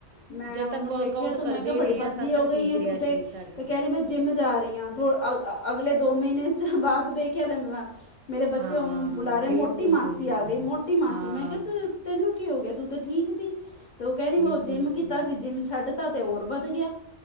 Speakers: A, on the left (about 50°); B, on the right (about 80°).
A: ਮੈਂ
B: ਜਦ
A: ਉਹਨੂੰ
B: ਤੱਕ ਵਰਕਆਊਟ
A: ਵੇਖਿਆ, ਤੂੰ
B: ਕਰਦੇ
A: ਮੈਂ ਕਿਹਾ ਬੜੀ,
B: ਰਹੇ ਹਾਂ
A: ਪਤਲੀ
B: ਤਦ ਤੱਕ
A: ਹੋ ਗਈ
B: ਠੀਕ
A: ਹੈ।
B: ਰਿਹਾ
A: ਤੂੰ ਤੇ,
B: ਸਰੀਰ ਸਾਡਾ
A: ਤੇ ਕਹਿ ਰਹੀ ਮੈਂ ਜਿੰਮ ਜਾ ਰਹੀ ਹਾਂ। ਅਗਲੇ ਦੋ ਮਹੀਨੇ ਚ, ਬਾਅਦ ਦੇਖਯਾ ਮੇਰੇ ਬੱਚੇ,
B: ਹਾਂ
A: ਉਹਨੂੰ ਬੁਲਾ ਰਹੇ,
B: ਬਿਲਕੁਲ
A: ਮੋਟੀ ਮਾਸੀ
B: ਬਿਲਕੁਲ
A: ਆ
B: ਹਾਂ
A: ਗਈ, ਮੋਟੀ ਮਾਸੀ।
B: ਹਾਂ
A: ਮੈਂ ਕਿਹਾ ਤੁ ਤੈਨੂੰ ਕੀ ਹੋ ਗਿਆ, ਤੂੰ ਤੇ, ਠੀਕ ਸੀ। ਤੇ ਉਹ ਕੈਰੀ ਵ
B: ਬਿਲਕੁਲ
A: ਜਿੰਮ
B: ਜੀ
A: ਕੀਤਾ ਸੀ। ਜਿੰਮ ਛੱਡ ਤਾ। ਤੇ ਹੋਰ ਵੱਧ ਗਿਆ,